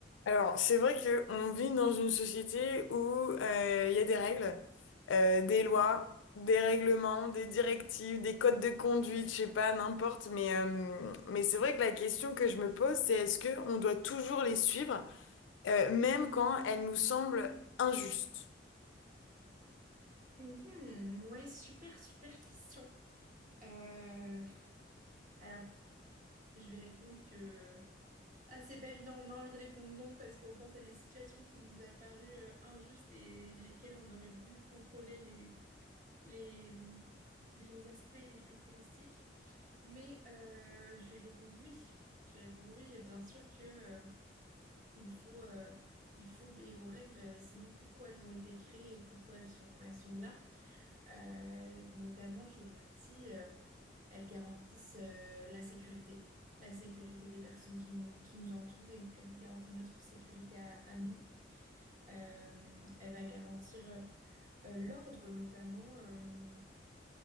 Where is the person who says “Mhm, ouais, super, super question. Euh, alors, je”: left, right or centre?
Right